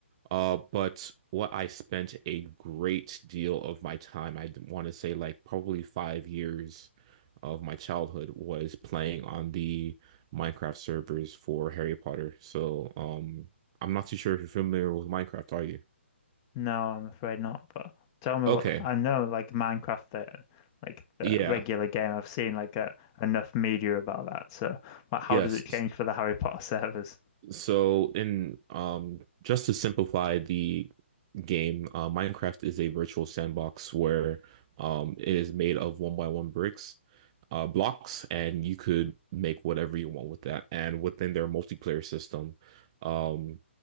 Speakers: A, on the right; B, on the left.
A: uh but what I spent a great deal of my time I want to say like probably five years of my childhood was playing on the Minecraft servers for Harry Potter so um I'm not too sure if you're familiar with Minecraft are you
B: No, I'm afraid not. But tell me
A: okay
B: what I know, like Minecraft, the like the
A: yeah
B: regular game. I've seen like uh enough media about that. So, but how
A: yes
B: does it change
A: S-
B: for the Harry Potter <laughs> servers?
A: so in um just to simplify the game. Uh, Minecraft is a virtual sandbox where um, it is made of one by one bricks, uh, blocks, and you could make whatever you want with that. And within their multiplayer system, um,